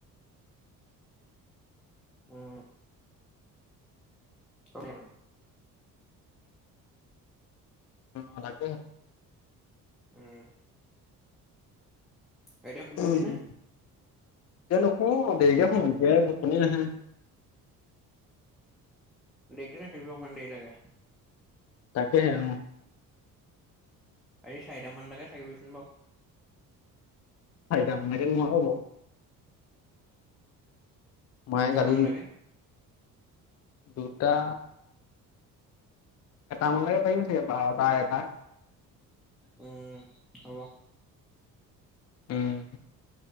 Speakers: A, in the centre; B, on the left.
A: উম অ <unintelligible>
B: অ' তাকেহে।
A: উম আইতা
B: তাকে
A: শুবিগেনে?
B: এতিয়া নোশো দেৰিকে শুম এতিয়া টোপনি নাহে।
A: দেখিল সেই ইমান দেৰি লাগে।
B: তাকেহে অ'
A: আজি চাৰিটামান লকে থাকিবইচোন বাৰ।
B: চৰিটা মন লৈকে নোৱিৰো বাৰু। মায়ে
A: দুটামান
B: গালি দিব
A: লাগে।
B: দুটা এটামানলৈকে পাৰিব চাগে। বাৰটা এটা
A: উম, হব।
B: উম